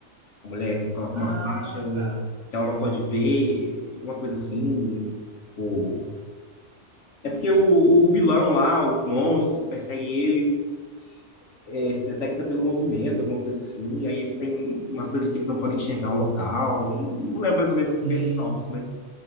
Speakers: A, on the left; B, on the right.
A: A mulher coloca
B: Ah,
A: uma faixa
B: cara,
A: que ela não pode ver, alguma coisa assim. o É porque o, o vilão lá, o monstro que persegue eles, é, se detecta pelo movimento, alguma coisa assim, e aí eles têm uma coisa que eles não podem enxergar o local. Não lembro mais ou menos muito
B: sim.
A: bem a sinopse, mas,